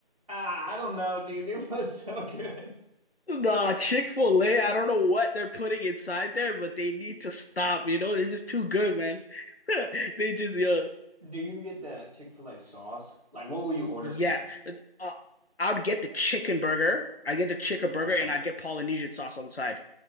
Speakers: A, on the right; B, on the left.
A: ah, I don't know, dude. They're both <laughs> so good.
B: Nah, Chick-fil-A, I don't know what they're putting inside there, but they need to stop. You know, they're just too good, man. <laughs> They just, yeah.
A: Do you get the Chick-fil-A sauce? Like, what will you order
B: Yeah,
A: from there?
B: uh, I would get the chicken burger. I get the chicken burger,
A: Okay.
B: and I'd get Polynesian sauce on the side.